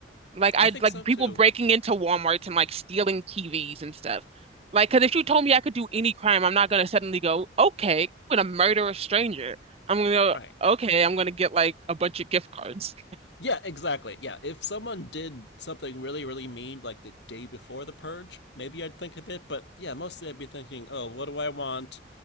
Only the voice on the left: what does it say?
I
think
so too.
Right.
Yeah, exactly. Yeah, if someone did something really, really mean like the day before the purge, maybe I'd think of it. But yeah, mostly I'd be thinking, oh, what do I want?